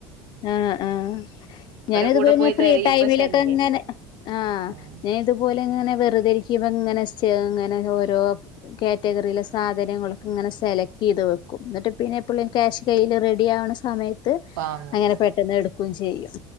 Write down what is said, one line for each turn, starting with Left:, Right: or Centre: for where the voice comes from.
Left: ആ ആ ഞാന് ഇതുപോലെ
Right: കൂടെ
Left: ഇങ്ങ
Right: പോയി
Left: ഫ്രീ
Right: തിരയുമ്പോ
Left: ടൈമിലൊക്കെ
Right: ശല്യ
Left: ഇങ്ങനെ ആ
Right: ആഹ്
Left: ഞാൻ ഇതുപോലെ ഇങ്ങനെ വെറുതരിക്കുമ്പ. ഇങ്ങനെ ഇങ്ങനെ ഓരോ കാറ്റഗറിയിലെ സാധനങ്ങളൊക്കെ ഇങ്ങനെ സെലക്ട് ചെയ്ത് വെക്കും. എന്നിട്ട് പിന്നെ എപ്പള്ളേും ക്യാഷ് കൈയിൽ റെഡി ആവ്ണ സമയത്ത്
Right: വാങ്ങും
Left: അങ്ങനെ പെട്ടന്ന് എടുക്കുകയും ചെയ്യും